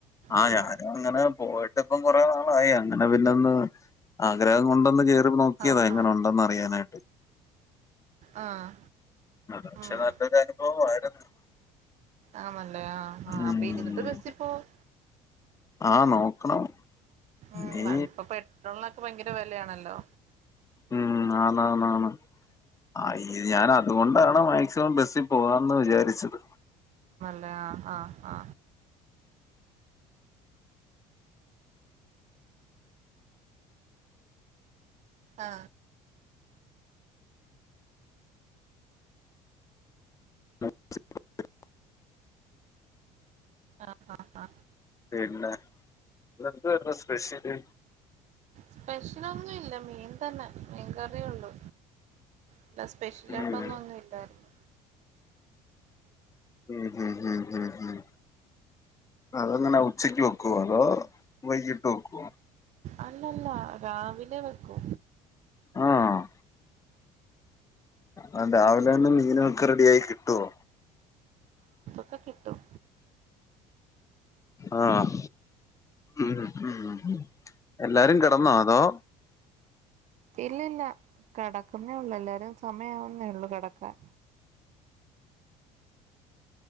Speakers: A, on the left (about 20°); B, on the right (about 50°).
A: ആ
B: ഹലോ
A: ഞാനും അങ്ങനെ പോയിട്ട് ഇപ്പം കൊറെ നാളായി അങ്ങനെ പിന്നെ ഒന്ന് ആഗ്രഹം കൊണ്ടന്ന് കേ നോക്കിയതാ
B: ആഹ്
A: എങ്ങനെ ഉണ്ടെന്ന് അറിയാനായിട്ട്
B: ആഹ്
A: പക്ഷെ
B: ആഹ്
A: നല്ലൊരനുഭവായിരുന്നു
B: ആണല്ലേ ആഹ് ആഹ്
A: ഉം
B: അപ്പൊ ഇരുന്നിട്ട് ബസ്സിൽ പോവും
A: ആ നോക്കണം
B: ഉം
A: ഇനി
B: പണ്ടഇപ്പ പെട്രോളിനൊക്കെ ഭയങ്കര വെലയാണല്ലോ
A: ഉം ആന്നാന്നാന്ന് ആ ഈ ഞാൻ അതുകൊണ്ടാണ് മാക്സിമം ബസ്സിൽ പോവാന്ന് വിചാരിച്ചത്
B: ആ ആ ആ ആ
A: <unintelligible>
B: ആ ആ ആ
A: പിന്നെ ഇന്നെന്തുവായിരുന്നു സ്പെഷ്യല്
B: സ്പെഷലൊന്നും ഇല്ല മീൻ തന്നെ കറിയുണ്ട് എന്താ സ്പെഷ്യലയിട്ടോന്നും
A: ഉം
B: ഒന്നുംല്ലായിരുന്നു
A: ഉം ഉം ഉം ഉം ഉം അതങ്ങനെ ഉച്ചക്ക് വെക്കുവ അതോ വൈകിട്ട് വെക്കോ
B: അല്ലല്ല രാവിലെ വെക്കൂ
A: ആഹ് ആ രാവിലെ തന്നെ മീന് ഒക്കെ റെഡി ആയി കിട്ടുവോ
B: ക്കെ കിട്ടും
A: ആഹ് ഉം ഉം എല്ലാരും കിടന്നോ അതോ
B: ഇല്ല ഇല്ല കെടക്ക്‌ന്നേ ഉള്ളു എല്ലാരും സമയാവുന്നേ ഉള്ളു കെടക്കാൻ